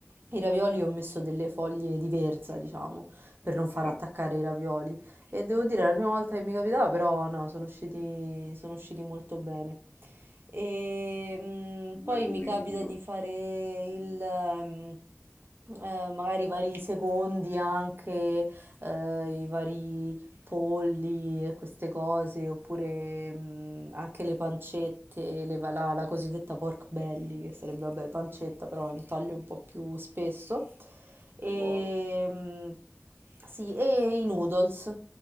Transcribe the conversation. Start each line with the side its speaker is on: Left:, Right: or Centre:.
Right: i ravioli, ho messo delle foglie di verza, diciamo, per non far
Left: Ah,
Right: attaccare i ravioli. E devo dire, è la prima volta che mi capitava, però no, sono usciti, sono usciti molto bene. E mm,
Left: mh,
Right: poi
Left: metodo
Right: mi capita
Left: ingegnoso,
Right: di fare il... mm, eh, magari i vari secondi anche, eh, i vari polli e queste cose, oppure mh, anche le pancette, le va- la, la cosiddetta pork belly, che sarebbe, vabbè, pancetta, però è un taglio un po' più spesso. E,
Left: buono.
Right: mh, sì, e i noodles.